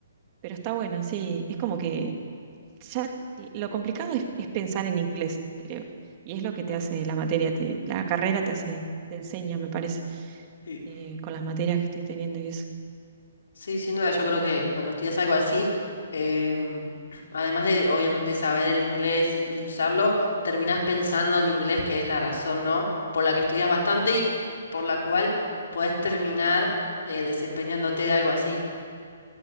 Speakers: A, on the right (about 30°); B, on the left (about 70°).
A: pero está bueno, sí, es como que ya lo complicado es, es pensar en inglés, creo. Y es lo que te
B: Mm,
A: hace la materia, te- la carrera te hace, te enseña, me parece,
B: sí.
A: eh, con las materias que estoy teniendo y eso.
B: Sí, sin duda, yo creo que cuando estudias algo así, em, <clears throat> además de obviamente saber el inglés y, y usarlo, terminás pensando en inglés, que es la razón, ¿no? Por la que estudias bastante y por la cual podés terminar eh, desempeñándote de algo así.